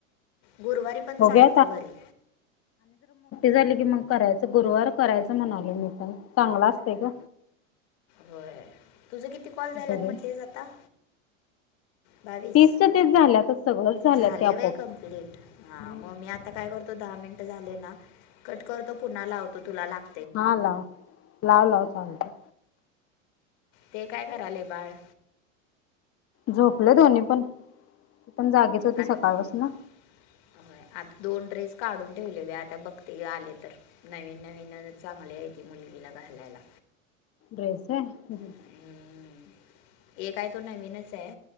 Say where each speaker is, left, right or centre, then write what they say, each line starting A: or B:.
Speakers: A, on the left; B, on the left.
A: गुरुवारी पण
B: बघूया
A: चालत वरी.
B: झाले की मग करायचं गुरुवार करायचं म्हणाले मी पण चांगला असते ग.
A: होय तुझ किती कॉल झालात
B: बघूया.
A: म्हटलेस आता बावीस
B: तीसच्या तीस झाल्यातच सगळंच झाल्यात
A: झाले
B: ते आपोआप.
A: व कमप्लीट हा
B: हम्म.
A: मग मी आता काय करत दहा मिनट झाले ना कट करतो पुन्हा लावतो तुला लाग तो
B: हा लाव लाव लाव चालत.
A: ते काय कराले बाळ.
B: झोपले दो्नी पण. पण जागीच होती
A: आता
B: सकाळपासून
A: दोन ड्रेस काढून. ठेवले व आता बघते आले तर नवीन नवीन चांगले आहे त मुलगीला घालायला.
B: ड्रेस होय.
A: हम्म. एक काय तो नवीनच आहे